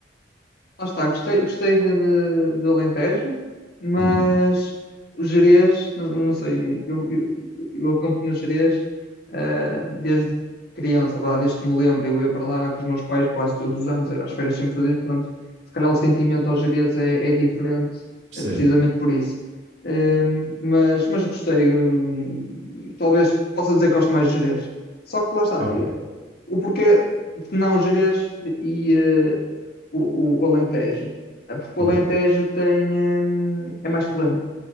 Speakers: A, on the left (about 60°); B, on the right (about 70°).
A: Lá está, gostei, gostei de, de, de Alentejo, mas
B: Hum,
A: o Gerês, não, não sei, eu, eu, eu acampo no Gerês eh, desde criança, vá, desde que me lembro, eu ia para lá com os meus pais quase todos os anos, era as férias sempre fazer, portanto, se calhar o sentimento ao Gerês é, é diferente,
B: percebo.
A: eh, precisamente por isso. Ehm, mas, mas gostei, hum, talvez possa dizer que gosto mais de Gerês. Só que lá está,
B: Ok.
A: eu- o porquê de não Gerês e eh, o, o Alentejo. Eh, Porque o
B: Hum,
A: Alentejo tem, hum, é mais plano.